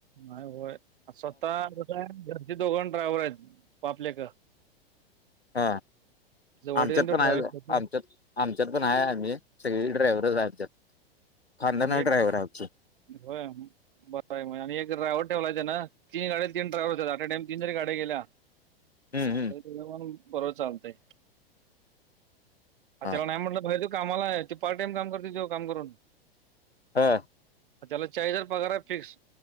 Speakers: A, on the right; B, on the left.
A: नाही होय स्वतः का घरचे दोघण ड्रायव्हर आहेत बापलेक.
B: ह
A: वडील
B: आमच्यात
A: तो
B: हाईत
A: ड्रायव्हिंग करतो
B: आमच्यात. आमच्यात पण आहे आम्ही सगळी ड्रायव्हर आहे. आमच्यात खांदाणार
A: आणि
B: ड्राय्हर आहे आमची.
A: होय. बरंय आणि एक ड्राय्हवर ठेवायच तेन तीन गड्या ती ड्रायव्हर ठेवलाय एका टायमाला तीन जरी गाड्या गेल्या. <inaudible>
B: हम्म हम्म.
A: बरो चालतय अ
B: हा
A: त्याला नाही म्हटलं पाहि''--'' कामाला आहे त ते पार्ट टाइम काम करते जो काम करून.
B: हा,
A: त्याला चाळीजर पगारा फिक्स